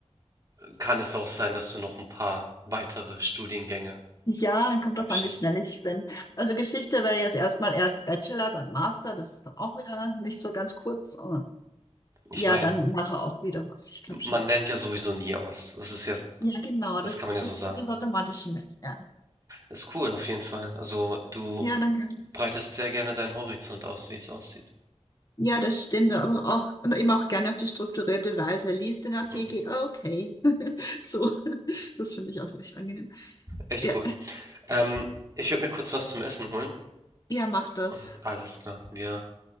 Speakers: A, on the right (about 30°); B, on the left (about 35°).
A: kann es auch sein, dass du noch ein paar weitere Studiengänge
B: Ja, kommt
A: abschließt.
B: drauf an, wie schnell ich bin. Also Geschichte wäre jetzt erstmal erst Bachelor, dann Master, das ist dann auch wieder nicht so ganz kurz. Aber
A: Ich
B: ja,
A: meine,
B: dann nachher auch wieder was, ich glaube schon.
A: man lernt ja sowieso nie aus. Das ist ja,
B: Ja, genau,
A: das
B: das,
A: kann man ja
B: das,
A: so sagen.
B: das Automatische nicht, ja.
A: Ist cool auf jeden Fall. Also du
B: Ja, danke.
A: breitest sehr gerne deinen Horizont aus, wie es aussieht.
B: Ja, das stimmt, aber auch, und eben auch gerne auf die strukturierte Weise. Lies den Artikel,
A: Mhm.
B: ah, okay. <laughs> So, das finde ich auch echt angenehm.
A: Echt
B: Ja,
A: cool. Ähm, ich würde mir kurz was zum Essen holen
B: ja, macht das.
A: und alles klar. Wir